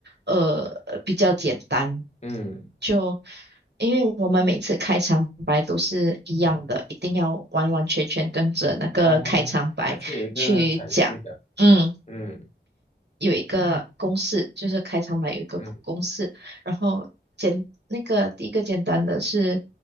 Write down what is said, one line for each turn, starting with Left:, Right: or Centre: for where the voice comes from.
Right: 呃比较简单，
Left: 嗯，
Right: 就因为我们每次开场白都是一样的，一定要完完全全跟着那个开场白。
Left: 哦，它是有一个程序的，
Right: 去讲嗯，
Left: 嗯
Right: 有一嗯个公式，就是开场白有一个公式，
Left: 嗯，
Right: 然后简那个第一个简单的是